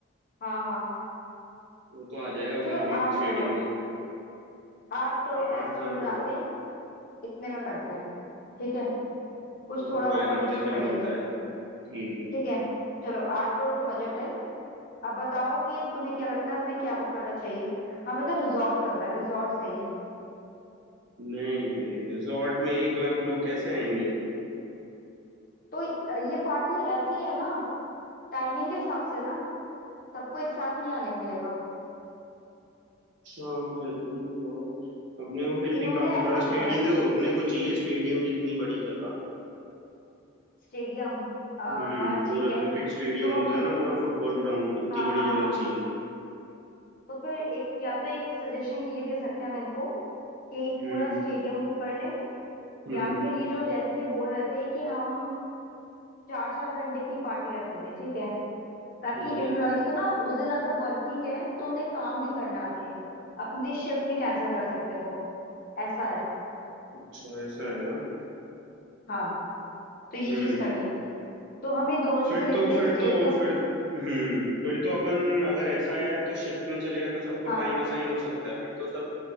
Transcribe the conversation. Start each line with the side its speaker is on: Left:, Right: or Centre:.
Left: हाँ हाँ
Right: वो तो आ जाएगा फिर
Left: चलो
Right: भी
Left: आठ
Right: स्टेडियम
Left: करोड़
Right: में
Left: आठ करोड़
Right: आठ
Left: का एस्टिमेट
Right: करोड़
Left: बनाते हैं इतने में करते हैं ठीक है कुछ
Right: चलो
Left: थोड़ा
Right: ट्राई
Left: ऊपर
Right: करते
Left: नीचे
Right: हैं क्या
Left: कर
Right: मिलता
Left: लेंगे
Right: है ठीक है
Left: ठीक है चलो आठ करोड़ का बजट है अब बताओ कि तुम्हें क्या लगता है हमें क्या बुक करना चाहिए हमें तो रिजॉर्ट लग रहा है रिजॉर्ट सही है
Right: नहीं नहीं रिजॉर्ट में एक लाख लोग कैसे आएंगे
Left: तो अ, ये पार्टी ऐसी है ना टाइमिंग के हिसाब से ना सबको एक साथ नहीं आने को मिलेगा
Right: अच्छा फिर भी और अपने को फिर
Left: इन्होंने
Right: भी काफी
Left: ऐसा
Right: बड़ा स्टेडियम
Left: बोला है
Right: देखो अपने को चाहिए स्टेडियम जितनी बड़ी जगह
Left: स्टेडियम आ
Right: हम्म पूरा
Left: ठीक
Right: क्रिकेट
Left: है
Right: स्टेडियम
Left: तो
Right: होता
Left: हम
Right: है ना पूरा फुटबॉल ग्राउंड इतनी
Left: हाँ
Right: बड़ी
Left: हाँ हाँ
Right: जगह चाहिए
Left: तो फिर एक या तो एक सजेशन ये दे सकते हैं हम इनको कि
Right: हम्म
Left: पूरा स्टेडियम बुक कर लें
Right: हम्म
Left: या फिर ये जो जैसे बोल रहे थे कि हम चार चार घंटे की पार्टी रखेंगे ठीक है ताकि
Right: ठीक
Left: एम्प्लॉयज
Right: है
Left: का ना उस दिन अगर वर्किंग है तो उन्हें काम भी करना है आगे अपनी शिफ्ट नहीं कैंसिल कर सकते वो ऐसा है
Right: अच्छा ऐसा है हाँ।
Left: हाँ तो ये
Right: हम्म
Left: चीज करनी है तो हम ये दोनों चीजें
Right: फिर
Left: लिखते
Right: तो फिर
Left: हैं स्टेडियम
Right: तो फिर हम्म फिर तो अपन अगर ऐसा है तो शिफ्ट में चलेगा तो सबको
Left: हाँ
Right: टाइम असाइन हो सकता है फिर तो सब